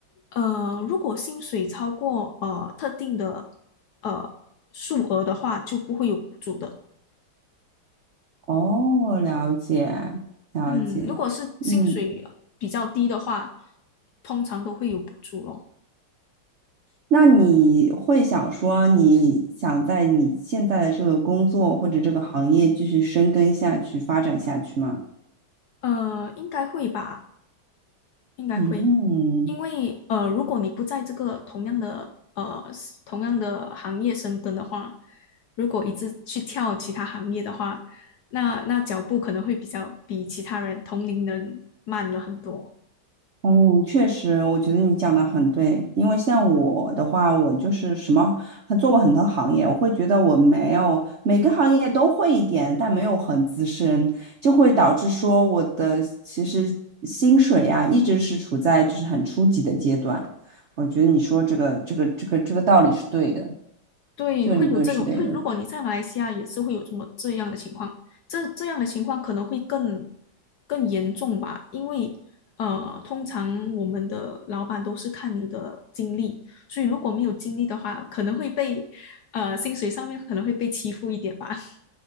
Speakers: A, on the left; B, on the right.
A: 呃，如果薪水超过呃特定的呃数额的话，就不会有补助的。
B: 哦，了解，了解。
A: 嗯，如果是薪水比较低的话，
B: 嗯，
A: 通常都会有补助咯。
B: 那你会想说，你想在你现在的这个工作或者这个行业继续深耕下去、发展下去吗？
A: 呃，应该会吧，应该会，
B: 嗯，
A: 因为呃，如果你不在这个同样的呃 s- 同样的行业深耕的话，如果一直去跳其他行业的话，那那脚步可能会比较比其他人同龄人慢了很多。
B: 嗯，确实，我觉得你讲的很对。因为像我的话，我就是什么，还做过很多行业，我会觉得我没有每个行业都会一点，但没有很资深，就会导致说我的其实薪水啊，一直是处在就是很初级的阶段。我觉得你说这个这个这个这个道理是对的。
A: 对，
B: 这个理论是对的。
A: 会有这种，会，如果你在马来西亚也是会有这么这样的情况，这这样的情况可能会更更严重吧，因为呃，通常我们的老板都是看你的经历，所以如果没有经历的话，可能会被呃薪水上面可能会被欺负一点吧。<laughs>